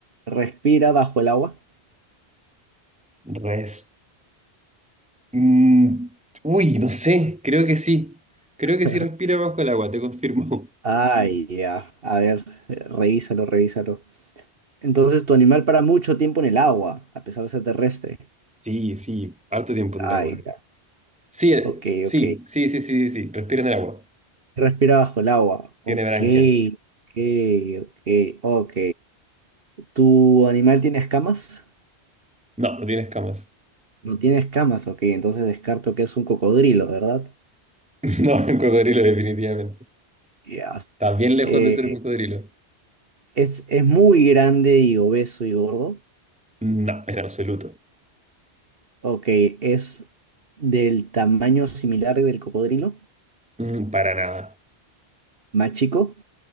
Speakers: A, on the right; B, in the centre.
A: respira bajo el agua?
B: res Mm, uy, no sé, creo que sí. Creo
A: <laughs>
B: que sí respira bajo el agua, te confirmo. <laughs>
A: Ay, ya. A ver, eh, revísalo, revísalo. Entonces, tu animal para mucho tiempo en el agua, a pesar de ser terrestre.
B: Sí, sí, harto tiempo en
A: Ay,
B: el agua.
A: ya.
B: Sí, eh,
A: Ok,
B: sí,
A: ok.
B: sí, sí, sí, sí, sí, respira en el agua.
A: Respira bajo el agua.
B: Tiene
A: Ok,
B: branquias.
A: ok, ok, ok. ¿Tu animal tiene escamas?
B: No, no tiene escamas.
A: No tiene escamas, ok. Entonces descarto que es un cocodrilo, ¿verdad?
B: <laughs> No, es un cocodrilo definitivamente.
A: Ya.
B: Está bien lejos
A: Eh,
B: de ser un cocodrilo.
A: es, es muy grande y obeso y gordo.
B: No, en absoluto.
A: Ok, es del tamaño similar del cocodrilo.
B: Mm, para nada.
A: Más chico,